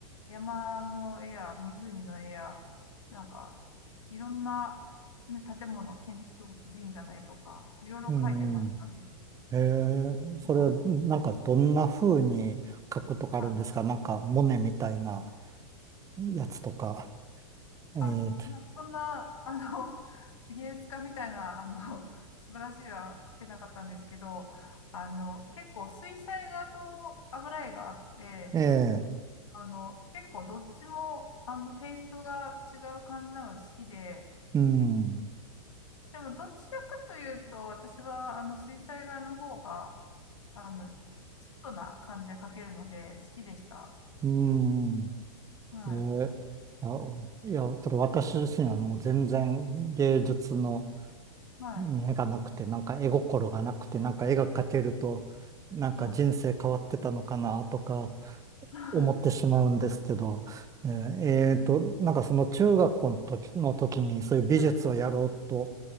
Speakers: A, on the left (about 60°); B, on the right (about 20°).
A: う、山の絵や湖の絵や、なんか、いろんな、ね、建物、建築物、神社の絵とか、いろいろ描いてましたね。
B: うん、ええ、それなんかどんな風に書くとかあるんですかなんか、
A: うん。まあ、
B: モネみたいなやつとか。ええ、
A: あ、なんかそんな、あの、<laughs> 芸術家みたいな、あの、<laughs> 素晴らしい絵は描けなかったんですけど、あの、結構水彩画と油絵があって、
B: ええ、
A: あの、結構どっちも、あの、テイストが違う感じなので好きで、
B: うん。
A: でもどちらかというと、私は、あの、水彩画の方が、あの、ソフトな感じで描けるので好きでした。
B: うーん。
A: はい。
B: えーいや、いや、ちょっと私自身はもう全然芸術の
A: はい。
B: 目がなくて、なんか絵心がなくて、なんか絵が描けると、なんか人生変わってたのかなとか
A: はい。<laughs>
B: 思ってしまうんですけど、ねえーと、なんかその中学校の時、の時にそういう美術をやろうと
A: はい。